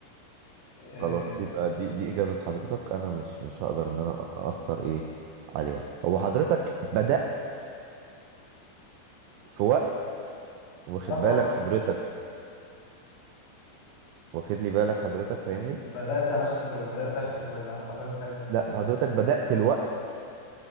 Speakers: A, on the left; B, on the right.
A: اه
B: خلاص يبقى دي دي اجابه حضرتك انا مش مش هقدر ان انا اثر ايه عليها هو حضرتك بدات في وقت واخد
A: آه
B: بالك
A: طبعا
B: حضرتك واخد لي بالك حضرتك فاهمني
A: بدات امثل ولا بدات اخرج ولا حضرتك عايز ايه
B: لا حضرتك بدات الوقت